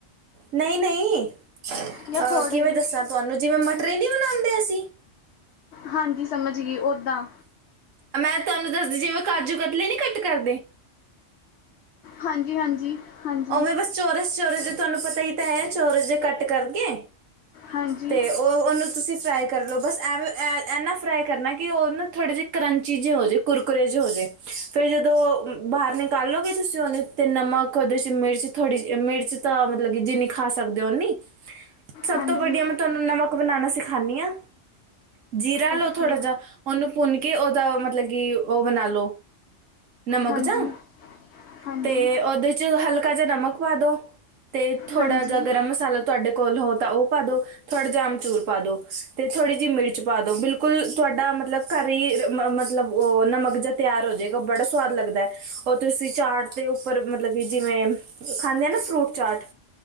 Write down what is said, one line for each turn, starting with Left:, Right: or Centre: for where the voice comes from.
Right: ਨਹੀਂ- ਨਹੀਂ ਅਹ
Left: ਜਾਂ ਥੋੜ੍ਹੇ
Right: ਕਿਵੇਂ ਦੱਸਾਂ ਤੁਹਾਨੂੰ, ਜਿਵੇਂ ਮਟਰੀ ਨਹੀਂ ਬਣਾਉਂਦੇ ਅਸੀਂ।
Left: ਹਾਂਜੀ ਸਮਝ ਗਈ ਓਦਾਂ।
Right: ਮੈਂ ਤੁਹਾਨੂੰ ਦੱਸਦੀ ਜਿਵੇਂ ਕਾਜੂ ਕਤਲੀ ਨੀ ਕੱਟ ਕਰਦੇ।
Left: ਹਾਂਜੀ- ਹਾਂਜੀ- ਹਾਂਜੀ
Right: ਉਵੇ ਬਸ ਚੋਰਸ -ਚੋਰਸ ਜੇ ਤੁਹਾਨੂੰ ਪਤਾ ਹੀ ਤਾਂ ਹੈ। ਚੋਰਸ ਜੇ ਕੱਟ ਕਰਕੇ
Left: ਹਾਂਜੀ-
Right: ਤੇ ਉਹ ਉਹਨੂੰ ਤੁਸੀ ਫਰਾਈ ਕਰ ਲਉ ਬਸ ਐਵੇ ਐ ਨਾ ਫਰਾਈ ਕਰਨਾ ਕਿ ਉਹਨੂੰ ਥੋੜ੍ਹੇ ਜਿਹੇ ਕਰੰਚੀ ਜੇ ਹੋਜੇ ਕੁਰਕੁਰਰੇ ਜੇ ਹੋਜੇ, ਫੇਰ ਜਦੋਂ ਬਾਹਰ ਨਿਕਾਲੋਗੇ ਤੁਸੀ ਉਹਨੇ ਤੇ ਨਮਕ ਉਦੇ ਚ- ਮਿਰਚ ਥੋੜ੍ਹੀ ਜਿ ਮਿਰਚ ਤਾਂ ਮਤਲਬ ਕਿ ਜਿੰਨੀ ਖਾ ਸਕਦੇ ਹੋ ਉਨੀ, ਸਭ
Left: ਹਾਂਜੀ
Right: ਤੋਂ ਵੱਡੀਆਂ ਮਤਲਬ ਤੁਹਾਨੂੰ ਨਮਕ ਬਣਾਉਣਾ ਸਿਖਾਂਦੀ ਹਾਂ ਜੀਰਾ ਲਓ
Left: ਓਕੇ
Right: ਥੋੜ੍ਹਾ ਜਿਹਾ, ਉਹਨੂੰ ਭੁੰਨ ਕੇ ਉਹਦਾ ਮਤਲਬ ਕਿ ਉਹ ਬਣਾ ਲਉ ਨਮਕ
Left: ਹਾਂਜੀ
Right: ਜਾਂ
Left: ਹਾਂਜੀ
Right: ਤੇ ਉਹਦੇ 'ਚ ਹਲਕ ਜਿਹਾ ਨਮਕ ਪਾ ਦੋ, ਤੇ ਥੋੜਾ
Left: ਹਾਂਜੀ
Right: ਜਿਹਾ ਗਰਮ ਮਸਾਲਾ ਤੁਹਾਡੇ ਕੋਲ ਹੋ ਤਾਂ ਉਹ ਪਾ ਦੋ ਥੋੜਾ ਜਿਹਾ ਅਮਚੂਰ ਪਾ ਦੋ, ਤੇ ਥੋੜ੍ਹੀ ਜਿਹੀ ਮਿਰਚ ਪਾ ਦੋ ਬਿਲਕੁਲ ਤੁਹਾਡਾ ਮਤਲਬ ਘਰ ਹੀ ਮਤਲਬ ਉਹ ਨਮਕ ਜਿਹਾ ਤਿਆਰ ਹੋ ਜਾਏਗਾ ਬੜਾ ਸਵਾਦ ਲਗਦਾ ਹੈ ਉਹ ਤੁਸੀ ਚਾਟ ਦੇ ਉਪਰ ਮਤਲਬ ਕਿ ਜਿਵੇ ਖਾਂਦੇ ਆ ਨਾ ਫਰੂਟ ਚਾਟ,